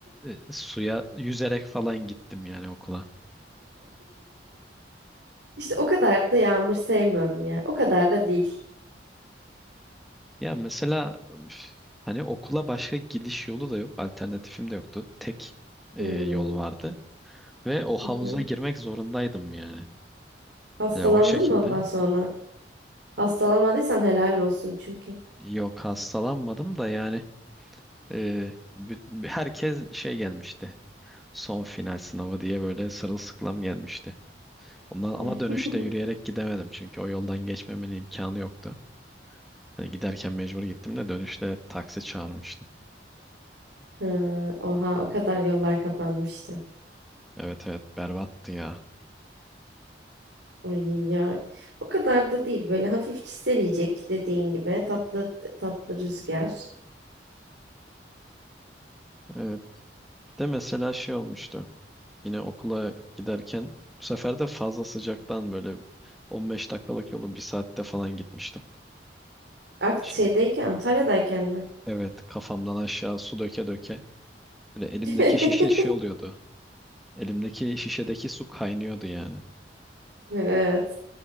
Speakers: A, in the centre; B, on the right.
A: e, suya yüzerek falan gittim yani okula.
B: <laughs> işte o kadar da yağmur sevmiyorum ya. O kadar da değil.
A: Ya mesela üf, hani okula başka gidiş yolu da yok, alternatifim de yoktu. Tek e,
B: Hmm.
A: yol vardı ve o havuza
B: Hı hı.
A: girmek zorundaydım yani.
B: Hastalandın
A: Hani o şekilde
B: mı ondan sonra? Hastalanmadıysan helal olsun çünkü.
A: yok hastalanmadım da yani e, bü- herkes şey gelmişti. Son final sınavı diye böyle sırılsıklam gelmişti. Ondan ama
B: <laughs>
A: dönüşte yürüyerek gidemedim çünkü o yoldan geçmemenin imkanı yoktu. Hani giderken mecbur gittim de dönüşte taksi çağırmıştım.
B: Ha, oha o kadar yollar kapanmıştı.
A: Evet evet berbattı ya.
B: Ay ya o kadar da değil böyle hafif çiseleyecek dediğin gibi tatlı tatlı rüzgar.
A: Evet, bir de mesela şey olmuştu. Yine okula giderken bu sefer de fazla sıcaktan böyle 15 dakikalık yolu bir saatte falan gitmiştim.
B: Akt
A: Şey,
B: şeydeyken Antalya'dayken mi?
A: evet kafamdan aşağı su döke döke. Böyle elimdeki
B: <laughs>
A: şişe şey oluyordu. Elimdeki şişedeki su kaynıyordu yani.
B: Evet.